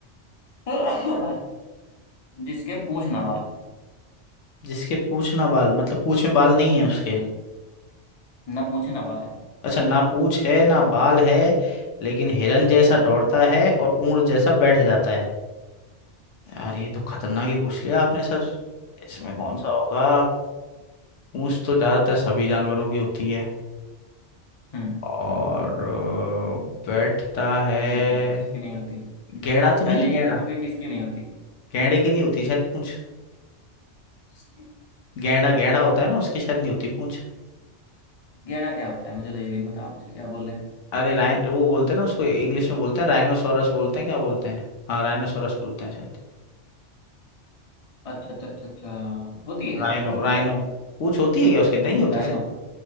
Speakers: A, on the left (about 35°); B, on the left (about 80°).
A: <coughs> जिसके पूंछ ना बाल
B: जिसके पूछ ना बाल मतलब पूछ में बाल नहीं है उसके
A: हम्म, ना पूंछे ना बाल है
B: अच्छा ना पूछ है ना बाल है लेकिन हिरन जैसा
A: हम्म,
B: दौड़ता है और ऊंट जैसा बैठ जाता है यार
A: हाँ
B: ये तो खतरनाक ही पूछ लिया आपने सर इसमें कौन सा होगा पूंछ तो ज्यादातर सभी जानवरों की होती है
A: हम्म
B: और अ, बैठता है
A: देखो फिर जिसकी नहीं होती
B: गैंडा तो
A: पहले
B: नहीं है गैंडा
A: ये देखो कि किसकी नहीं होती
B: गैंडे की नहीं होती शायद पूंछ
A: किसकी?
B: गैंडा गैंडा होता है ना उसकी शायद नहीं होती पूंछ
A: गहना क्या होता है मुझे तो ये भी नहीं पता आप क्या बोल रहे हैं
B: अरे राइन वो बोलते हैं ना उसको इंग्लिश में बोलते हैं राइनोसोरस बोलते हैं क्या बोलते हैं हाँ राइनोसोरस बोलते हैं शायद
A: अच्छा अच्छा अच्छा अच्छा होती है
B: Rhino
A: यार सर उसमें
B: rhino
A: यार
B: पूंछ होती है क्या उसके नहीं होती
A: राइनो
B: सर